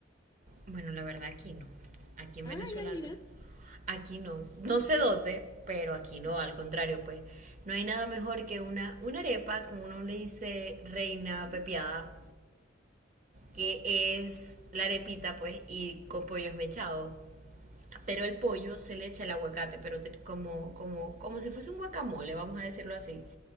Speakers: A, on the right; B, on the left.
A: Bueno, la verdad aquí no. Aquí en
B: Ah,
A: Venezuela
B: ya mira.
A: no. Aquí no. No sé dónde, pero aquí
B: Sí,
A: no, al contrario, pues. No hay nada mejor que una, una arepa, como uno le dice reina
B: sí.
A: pepiada, que es la arepita, pues, y con pollo esmechado. Pero el pollo se le echa el aguacate, pero te- como, como, como si fuese un guacamole, vamos a decirlo así.